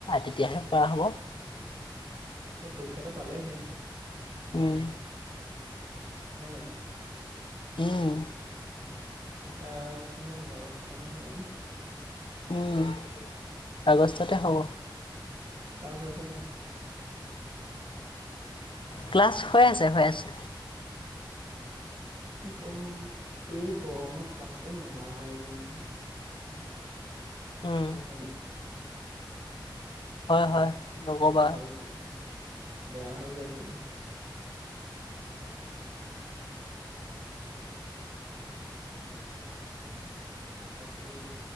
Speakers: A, on the left; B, on the right.
A: তেতিয়াহে পৰা হ'ব।
B: এ পৰীক্ষাটো পালেহি।
A: উম
B: হয় নাই।
A: উম
B: পৰীক্ষা কিহত হ'ব আগষ্ট মানত হ'ব নে।
A: উম আগষ্টতে হ'ব।
B: ক্লাছ হৈছে নাই।
A: ক্লাছ হৈ আছে হৈ আছে।
B: সেই অ এই গৰমত ক্লাছ কৰি মজা ওলাই যায় নহয়।
A: উম
B: হয় নি?
A: হয়, হয়, নক'বা
B: মাথাতো বেয়া হৈ যায় চাগে।
A: <inaudible>
B: বাকী